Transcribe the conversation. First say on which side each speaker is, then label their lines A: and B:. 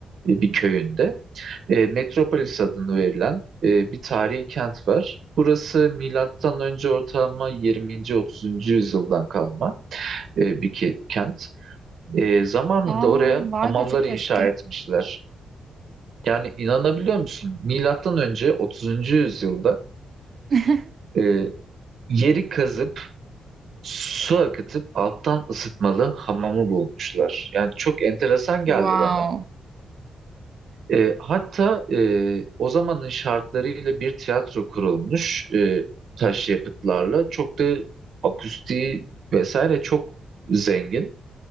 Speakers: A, on the right (about 65°); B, on the right (about 50°).
A: e, bir köyünde e, Metropolis adını verilen e, bir tarihi kent var. Burası milattan önce ortalama 20. 30. yüzyıldan kalma e, bir ke- kent. E, zamanında
B: Aa
A: oraya
B: vay
A: hamamlar
B: be çok
A: inşa
B: eski.
A: etmişler. Yani inanabiliyor musun? Milattan önce 30. yüzyılda
B: <laughs>
A: e, yeri kazıp su akıtıp alttan ısıtmalı hamamı bulmuşlar. Yani çok enteresan geldi
B: Wow.
A: bana. E, hatta e, o zamanın şartlarıyla bir tiyatro kurulmuş e, taş yapıtlarla. Çok da akustiği vesaire çok zengin.